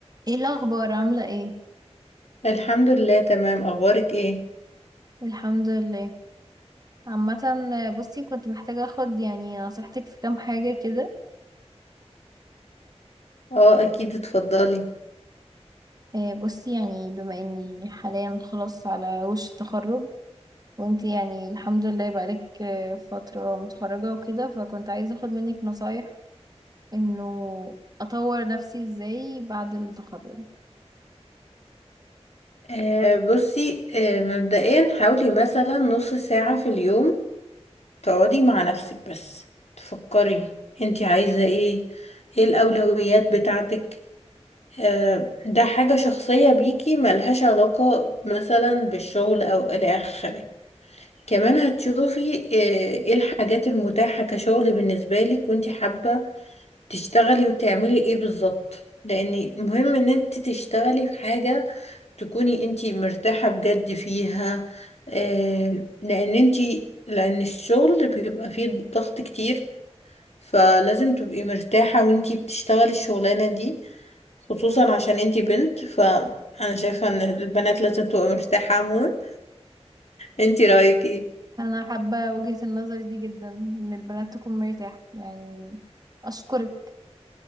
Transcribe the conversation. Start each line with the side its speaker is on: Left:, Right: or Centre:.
Right: ايه الاخبار عامله ايه
Left: الحمد لله تمام اخبارك ايه
Right: الحمد لله عامه بصي كنت محتاجه اخد يعني نصيحتك في كام حاجه كده
Left: اه اكيد اتفضلي
Right: آه، بصي يعني بما اني حاليا خلاص على وش التخرج وانتي يعني الحمد لله بقالك آه، فتره متخرجه وكده فكنت عايزه اخد منك نصايح انه اطور نفسي ازاي بعد التخرج
Left: آه بصي آه مبدئيا حاولي مثلا نص ساعة في اليوم تقعدي مع نفسك بس تفكري انتي عايزة ايه ايه الاولويات بتاعتك آه ده حاجة شخصية بيكي ملهاش علاقة مثلا بالشغل او الى اخره كمان هتشوفي آه، ايه الحاجات المتاحة كشغل بالنسبة لك وانتي حابة تشتغلي وتعملي ايه بالظبط لان مهم ان انت تشتغلي في حاجة تكوني انت مرتاحة بجد فيها آه لان انت لان الشغل بيبقى فيه ضغط كتير فلازم تبقي مرتاحة وانت بتشتغلي الشغلانة دي خصوصا عشان انت بنت فانا شايفة ان البنات لازم تبقى مرتاحة عموما انت رأيك ايه
Right: انا حابه وجهه النظر دي جدا ان البنات تكون مرتاحه يعني اشكرك